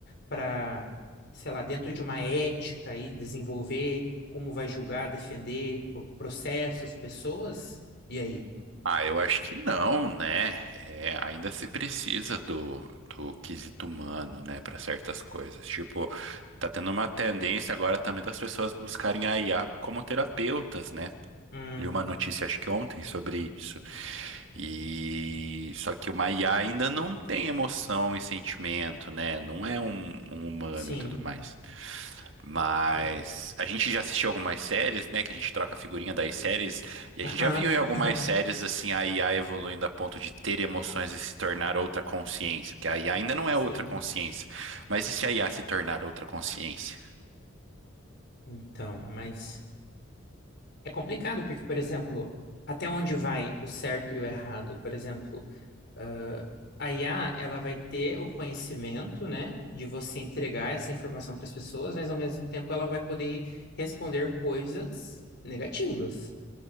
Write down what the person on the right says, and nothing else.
Ah, eu acho que não, né? É, ainda se precisa do, do quesito humano, né, para certas coisas. Tipo, tá tendo uma tendência agora também das pessoas buscarem a IA como terapeutas, né?
Li uma notícia, acho que ontem, sobre isso. E só que uma IA ainda não tem emoção e sentimento, né? Não é um, um humano
e tudo mais. Mas
a gente já assistiu algumas séries, né? Que a gente troca a figurinha das séries, e a
gente já viu em algumas
séries assim a IA evoluindo a ponto de ter emoções e se tornar outra consciência. Porque a IA ainda não é
outra consciência. Mas e se a IA se tornar outra consciência?